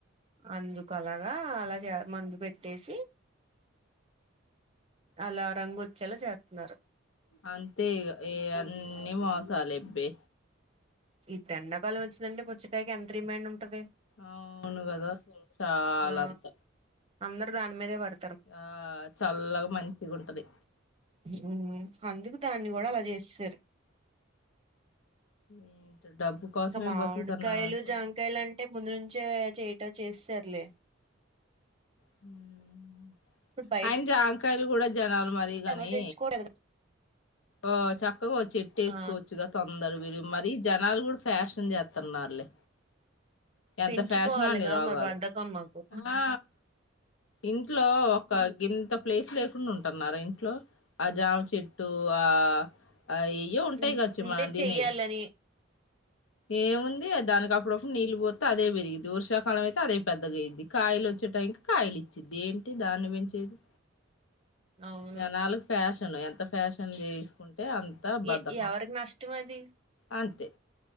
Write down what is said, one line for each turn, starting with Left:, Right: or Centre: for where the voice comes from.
Right: అందుకలాగా అలా చే మందు పెట్టేసి అలా రంగోచ్చేలా చేస్తున్నారు
Left: అంతే ఇగ ఇవన్నీ మోసాలే అబ్బే.
Right: ఇప్పుడు ఎండాకాలం వచ్చిందంటే పుచ్చకాయకి ఎంత డిమాండ్ ఉంటాది.
Left: అవును కదా అసలు చాలా
Right: ఆ
Left: అంత
Right: అందరు దాని మీదే పడ్
Left: ఆ చల్లగా మంచిగా ఉంటది
Right: మ్ అందుకు దాన్ని కూడా అలా చేసేసారు
Left: ఏంటో డబ్బు కోసమే
Right: ఇంకా మామిడికాయలు
Left: బతుకుతున్నారు అనుకుంట
Right: జాంకాయలు అంటే ముందు నుంచే చేట్ చేస్తారులే
Left: హుమ్
Right: ఇప్పుడు బయట
Left: ఆయిన జంకాయలు కూడా జనాలు మరి కాని
Right: ఎవరు తెచ్చుకోరు
Left: ఓ చక్కగా ఓ చెట్టేసుకోవచ్చుగా
Right: ఆ
Left: తొం తరు వీరు మరీ జనాలు కూడా ఫ్యాషన్ చేత్త న్నారులే
Right: పెంచుకోవాలిగా
Left: ఎంత ఫ్యాష్ నాఅండి రోగాలు
Right: మరి బద్దకం మాకు
Left: ఆ ఇంట్లో ఒక గింత ప్లేసు లేకుండా ఉంటు. ఉంటఅన్నారా ఇంట్లో ఆ జామ్ చెట్టు ఆ అయిన అయ్యో ఉంటాయి
Right: హ
Left: కావచ్చు మనం దీనేయ్యి
Right: చెయ్యాలని
Left: ఏము ఉంది దానికి అప్పుడు అప్పుడు నీళ్ళు పోత్తే అదే పెరిగిద్ది వర్షాకాలం అయితే అదే పెద్దగా అయిద్ది కాయలు వచ్ వచ్చే టైంకి కాయలు ఇచ్చిద్ది ఏంటి దాన్ని పెంచేది
Right: అవును
Left: జనాలకు ఫ్యాషన్లు ఎంత ఫ్యాషన్ చేసుకుంట్ టే అంత బధకం
Right: ఎ ఎవరికి నష్టం అది
Left: అంతే